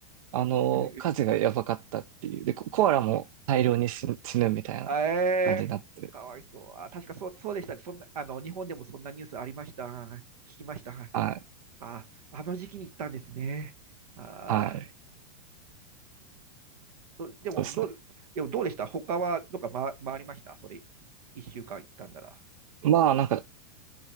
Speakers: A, on the right; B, on the right.
A: あの、
B: ー
A: 火事がやばかったっていう。で、ココアラも大量に死死ぬみたいな感じになって。
B: あえー、かわいそう。あ、確かそう、そうでした。そんな、あの、日本でもそんなニュースありました。聞きました。はい。
A: はい。
B: あ、あの時期に行ったんですね。あ
A: はい。
B: ー、どでも、
A: そうですね。
B: どう、でもどうでした他は、どっか回、回りましたそれ、一週間行ったんなら。
A: まあ、なんか